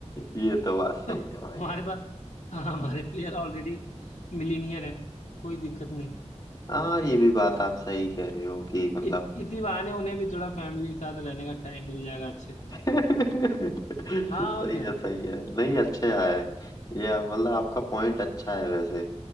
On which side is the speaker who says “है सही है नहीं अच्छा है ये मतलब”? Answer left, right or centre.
Left